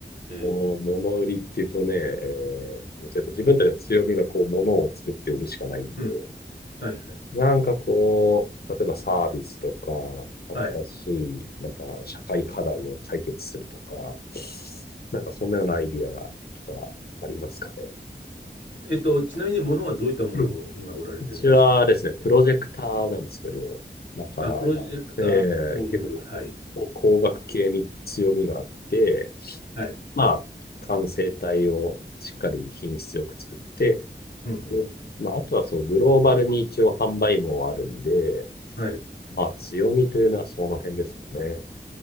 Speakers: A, on the left (about 60°); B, on the left (about 90°).
A: こ
B: え。
A: <laughs> う物売りっていうとね、えーもうちょっと自分たちの強みがこう、物を作って売るしかないんで、
B: うん。はい。はい。
A: なんかこう、例えばサービスとか、
B: はい。
A: 新しい、なんか社会課題を解決するとか、なんかそんなようなアイディアとかありますかね。
B: えっと、ちなみに物はどういったものを今売られてるんでしたっけ
A: <laughs> うちはですね、プロジェクターなんですけど、だから、
B: あ、プロジェクターを売る。
A: まあ、えー結構こう、
B: はい。
A: 工学系に強みがあって、
B: はい。
A: まあ、完成体をしっかり品質よく作って、
B: うんうん。
A: で、まあ、あとはそのグローバルに一応販売網はあるんで、
B: はい。
A: まあ、強みというのはその辺ですかね。